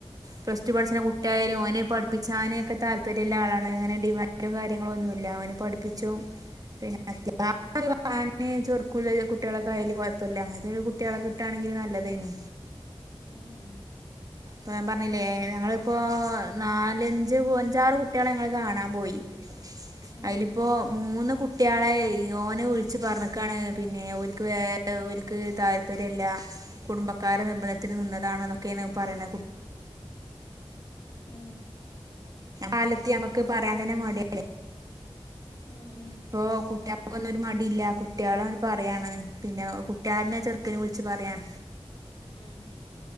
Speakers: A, on the right (about 35°); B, on the left (about 50°).
A: പ്ലസ് ടു പഠിച്ച്ണ കുട്ടിയായാലും ഓന് പഠിപ്പിച്ചാനൊക്കെ താല്പര്യള്ള ആളാണ് അങ്ങനെ ഡിമാൻറും കാര്യങ്ങളൊന്നുല്ല ഓന് പഠിപ്പിച്ചും പിന്നെ അത്യാ <unintelligible> ചുറുക്കുള്ള കുട്ട്യാളൊക്കെ ആയാല് കൊഴപ്പല്ല അങ്ങൻത്തെ കുട്ട്യാളെ കിട്ടാണെങ്കി നല്ലതേന്
B: ഉം
A: <unintelligible> ണ് ല്ലേ ഞങ്ങളിപ്പോ നാലഞ്ച് അഞ്ചാറ് കുട്ട്യാളെ ഞങ്ങള് കാണാൻ പോയി
B: ഉം
A: അതിലിപ്പോ
B: ഉം
A: മൂന്ന് കുട്ട കുട്ട്യാളെ ഓനെ വിളിച്ച് പറഞ്ക്കാണ് പിന്നെ ഓൽക്ക് വേ ഓൽക്ക് താല്പര്യല്ല കുടുംബക്കാര നിർബന്ധത്തിന് നിന്നതാണ് ന്നൊക്കെണ് പറയ്ണെ
B: ഉം
A: ആ കാലത്ത് ഞമ്മക്ക് പറയാന്തെന്നെ മടിയല്ലേ
B: ഉം ഉം
A: ഇപ്പൊ കുട്ട്യാക്കൊന്നൊരു മടില്ല കുട്ട്യാളാണ്ട് പറയാണ് പിന്നെ കുട്ട്യാളെന്നെ
B: ഉം
A: ചെറുക്കന് വി കുച്ച് പറയാം.
B: ഉം